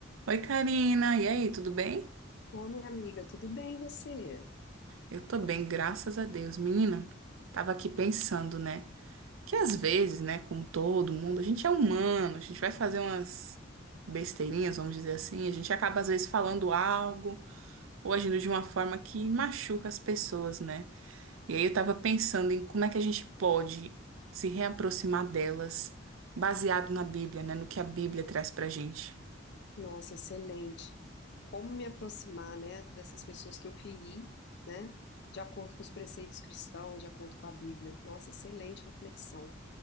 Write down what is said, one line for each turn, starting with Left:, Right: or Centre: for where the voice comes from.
Right: Oi, Karina. E aí, tudo bem?
Left: Ô, minha amiga, tudo bem você?
Right: Eu tô bem, graças a Deus. Menina, tava aqui pensando, né? Que às vezes, né, como todo mundo, a gente é humano, a gente vai fazer umas besteirinhas, vamos dizer assim, a gente acaba às vezes falando algo ou agindo de uma forma que machuca as pessoas, né? E aí eu tava pensando em como é que a gente pode se reaproximar delas, baseado na Bíblia, né, no que a Bíblia traz pra gente.
Left: Nossa, excelente. Como me aproximar, né, dessas pessoas que eu feri, né, de acordo com os preceitos cristãos, de acordo com a Bíblia. Nossa, excelente reflexão.